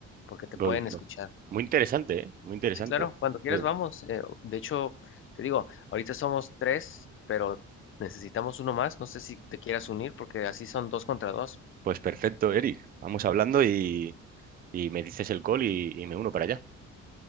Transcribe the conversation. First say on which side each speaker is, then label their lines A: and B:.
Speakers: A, on the left (about 45°); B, on the right (about 30°).
A: porque te
B: Pues,
A: pueden escuchar.
B: mu- muy interesante, ¿eh? Muy interesante.
A: Sí, claro, cuando quieras
B: Sí.
A: vamos. Eh, de hecho, te digo, ahorita somos tres, pero necesitamos uno más. No sé si te quieras unir porque así son dos contra dos.
B: Pues perfecto, Eric. Vamos hablando y, y me dices el call y, y me uno para allá.